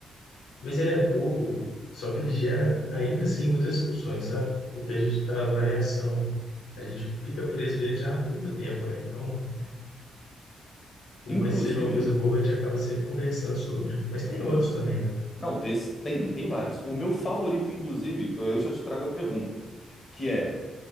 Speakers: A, on the left (about 85°); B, on the left (about 40°).
A: Mas ele é bobo, só que ele gera ainda assim muitas discussões, sabe? Porque a gente traz variação, a gente fica preso nele já há muito tempo, né? Então, por
B: Inclusive,
A: mais que seja uma coisa boba, a gente acaba sempre conversando sobre. Mas tem outros também, né?
B: não, tem, tem, tem vários. O meu favorito, inclusive, que eu, eu já te trago a pergunta, que é: